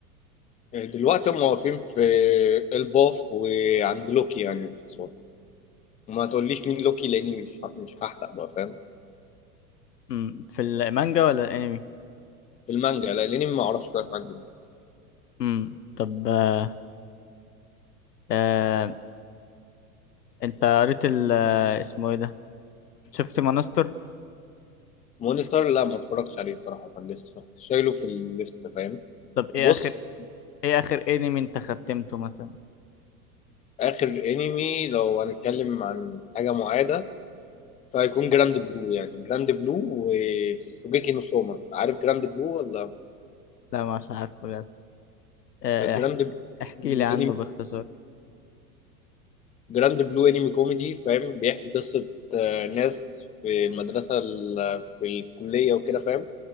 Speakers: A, on the left; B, on the left.
A: يعني دلوقتي هم واقفين في الباف وعند لوكي يعني باختصار وما تقوليش مين لوكي لأني مش مش هحرق بقى فاهم
B: مم. في المانجا ولا الانمي
A: في المانجا لا، لأني ما أعرفش شوية حاجة
B: مم. طب آه. آه. انت قريت ال آه، اسمه ايه ده شفت مانستر
A: مون ستار لا ما اتفرجتش عليه صراحة كان لسه شايله في الليست فاهم
B: طب ايه
A: بص
B: اخر ايه اخر انمي انت ختمته مثلا
A: آخر انمي لو هنتكلم عن حاجة معادة فهيكون جراند بلو يعني جراند بلو وشوجيكي نو سوما عارف جراند بلو ولا
B: لا مش عارفه للاسف آه.
A: جراند
B: احكي احكي
A: بلو
B: لي عنه
A: انمي
B: باختصار
A: جراند بلو انمي كوميدي فاهم بيحكي قصة آه، ناس في المدرسة ال- في الكلية وكده فاهم